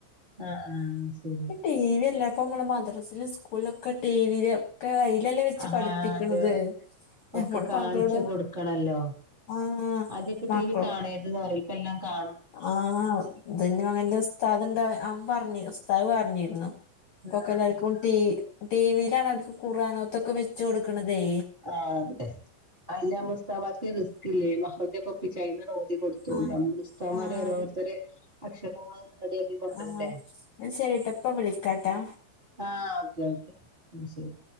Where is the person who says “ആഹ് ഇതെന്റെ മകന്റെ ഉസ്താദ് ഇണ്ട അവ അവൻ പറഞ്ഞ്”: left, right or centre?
Left